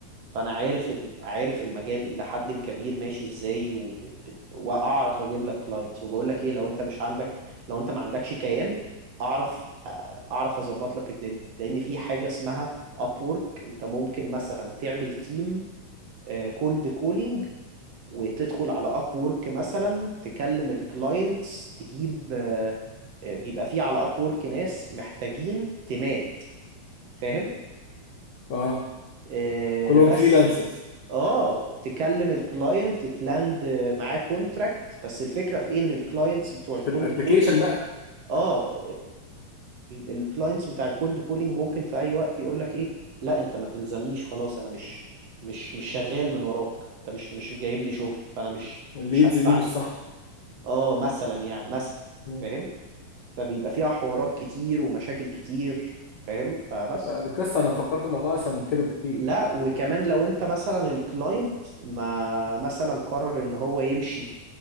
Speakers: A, on the right; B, on the left.
A: فانا عارف ال- عارف المجال الى حد كبير ماشي ازاي وب... ب- واعرف اجيب لك كلاينتس وبقول لك ايه لو انت مش عندك لو انت ما عندكش كيان اعرف اعرف اظبط لك الدنيا لان في حاجه اسمها ابورك انت ممكن مثلا تعمل تيم كولد كولينج وتدخل على ابورك مثلا تكلم الكلاينتس تجيب آه، آه، بيبقى فيه على ابورك ناس محتاجين تيمات فاهم
B: اه
A: آه،
B: كلهم
A: بس
B: فريلانسرز
A: اه تكلم الكلاينت تلاند معاه كونتراكت بس الفكره في ايه ان الكلاينتس بتوع الكولد
B: في الابليكيشن
A: كولينج
B: بقى
A: اه الكلاينتس بتاع الكولد كولينج ممكن في اي وقت يقول لك ايه لا انت ما تلزمنيش خلاص انا مش مش مش شغال من وراك انت مش مش جايب لي شغل فانا مش
B: الليدز
A: مش هدفع
B: دي
A: لك
B: مش صح
A: اه مثلا يعني مثلا
B: مم.
A: فاهم فبيبقى فيها حوارات كتير ومشاكل كتير فاهم فبس
B: لا دي قصه انا فكرت الموضوع اسهل من كده بكتير
A: لا وكمان لو انت مثلا الكلاينت ما مثلا قرر ان هو يمشي